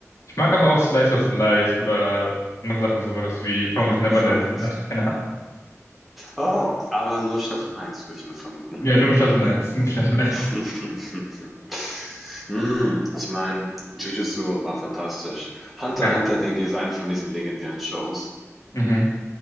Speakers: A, on the left; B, in the centre.
A: Ich mag aber auch Slice of Life oder andere Sachen, sowas wie Promised Neverland
B: Wirklich?
A: oder <laughs> keine Ahnung.
B: Oh, aber nur Staffel eins würde ich mal vermuten.
A: Ja, nur Staffel 1, nur Staffel 1.
B: <laughs> Hm, ich meine, Jujutsu war fantastisch. Hunter
A: Ja,
B: x Hunter, denke ich, ist eine von diesen legendären Shows.
A: mhm.